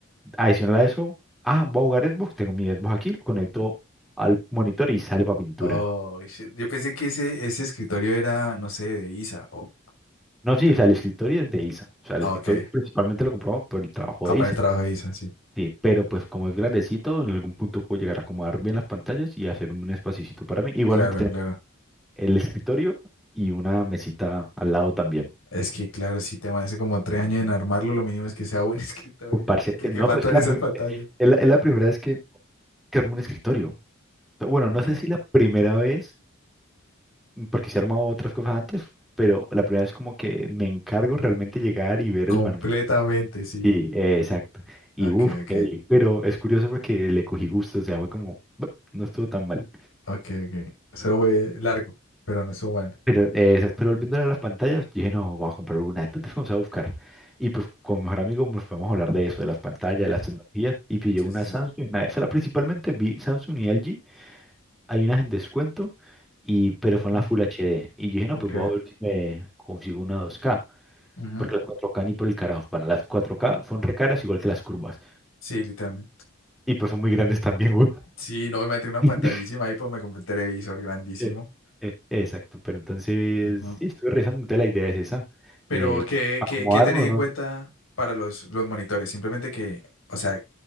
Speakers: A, in the centre; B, on the left.
A: adicional a eso, ah, voy a jugar Xbox, tengo mi Xbox aquí, lo conecto al monitor y sale para pintura.
B: Oh, shit. Yo pensé que ese, ese escritorio era, no sé, de Isa. o-
A: No, sí, o sea, el escritorio es de Isa. O sea, el
B: ah,
A: escritorio
B: ok.
A: principalmente lo compramos por el trabajo
B: Ah,
A: de
B: para
A: Isa.
B: el trabajo de Isa, sí.
A: Sí, pero pues como es grandecito, en algún punto puedo llegar a acomodar bien las pantallas y hacer un espacito para mí. Igualmente
B: Claro,
A: tengo
B: claro.
A: el escritorio y una mesita al lado también.
B: Es que, claro, si te hace como tres años en armarlo, lo mínimo es que sea buen <laughs> escritorio,
A: Uf, parce,
B: güey, Que
A: eh,
B: quepa
A: no, pues
B: todas
A: es la,
B: esas
A: prim-
B: pantallas.
A: es la, es la primera vez que, que armo un escritorio. Pero Bueno,
B: Ok.
A: no sé si la primera vez, mm, porque se he armado otras cosas antes, pero la primera vez como que me encargo realmente llegar y ver
B: Completamente,
A: el manual.
B: sí.
A: Sí, eh, exacto. Y
B: Ok,
A: uff,
B: ok.
A: pero es curioso porque le cogí gusto, o sea, fue como, bueno, no estuvo tan mal.
B: Ok, ok. Eso fue largo, pero no estuvo bueno.
A: Pero, eh, exacto, pero volviendo a las pantallas, dije, no, voy a comprar una de estas, entonces vamos a buscar. Y pues con mi mejor amigo nos podemos hablar de eso, de las pantallas, de
B: Ujú.
A: las tecnologías, y pillé
B: Sí,
A: una
B: sí,
A: de Samsung,
B: sí.
A: una de Sala, principalmente vi Samsung y LG, hay unas en descuento, y, pero
B: Ujú.
A: son las Full HD. Y yo dije, no,
B: Ok.
A: pues voy a ver si me consigo una 2K,
B: Ujú.
A: porque las 4K ni por el carajo, van las 4K son re caras igual que las curvas,
B: Sí, literalmente.
A: y pues son muy grandes también, güey.
B: Sí, no, me metí una
A: <laughs>
B: pantallísima ahí, pues me compré un televisor grandísimo.
A: Eh, eh, Exacto, pero entonces,
B: Ujú.
A: sí, estuve revisando, entonces la idea es esa,
B: Pero,
A: eh,
B: ¿qué,
A: acomodarme
B: qué, qué tenés
A: o
B: en
A: no.
B: cuenta para los, los monitores? Simplemente que, o sea,